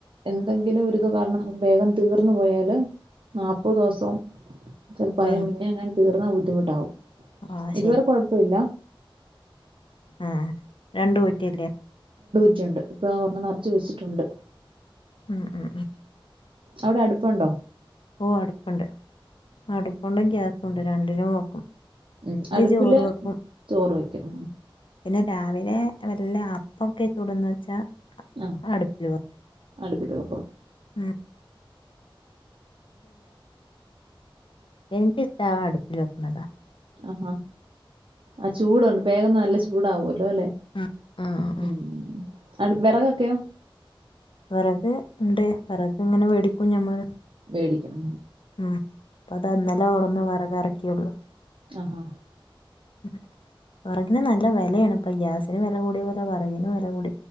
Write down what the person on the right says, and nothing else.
എന്തെങ്കിലും ഒരുരിത് കാരണം നമുക്ക് വേഗം തീർന്നു പോയാല് നാപ്പത് ദിവസം ചെൽപ്പോം
അതിന് മുന്നേ അങ്ങനെ തീർന്നാ ബുദ്ധിമുട്ടാവും
ഇതുവരെ കുഴപ്പല്ല
ണ്ട് ഇപ്പൊ ഒർണ് നർച്ചു വെച്ചിട്ട്ണ്ട്
അവിടെട്പ്പ്ണ്ടോ
ഉം അടുപ്പില്
ചോറ് വയ്ക്കും
ആഹ
അടുപ്പിടോ
ആഹാ ആ ചൂടുണ്ട് വേഗം നല്ല ചൂടാവല്ലോ ല്ലെ
ഉ
അടു വിറകൊക്കെയോ
മേടിക്കും
ആഹാ